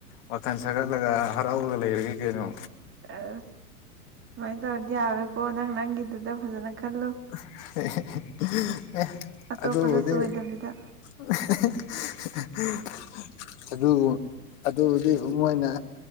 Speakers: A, on the left (about 45°); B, on the right (about 25°).
A: ꯋꯥꯊꯜ ꯁꯥꯒꯠꯂꯒ ꯍꯔꯥꯎꯔꯒ ꯂꯩꯔꯒꯦ ꯀꯩꯅꯣ
B: ꯑꯁ ꯑꯗꯨꯨꯃꯥꯏꯅ ꯇꯧꯔꯗꯤ ꯌꯥꯔꯣꯏꯀꯣ ꯅꯪ ꯅꯪꯒꯤꯗꯨꯗ ꯐꯖꯅ ꯈꯜꯂꯨ
A: <unintelligible> ꯑꯦ
B: ꯑꯇꯣꯞꯄꯗ
A: ꯑꯗꯨꯕꯨꯗꯤ
B: ꯆꯣꯏꯗꯕꯤꯗ
A: <unintelligible> ꯑꯗꯨꯕꯨ ꯑꯗꯨꯕꯨꯗꯤ ꯃꯣꯏꯅ